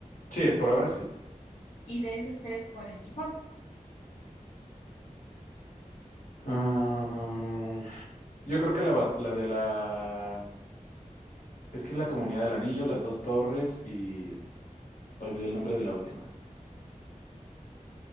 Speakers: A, on the left; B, on the left.
A: Sí, por ahora sí.
B: Y de esas tres, ¿cuál es tu fav?
A: Ah, yo creo que la, bat- la de la Es que es la Comunidad del Anillo, las dos torres y olvidé el nombre de la última.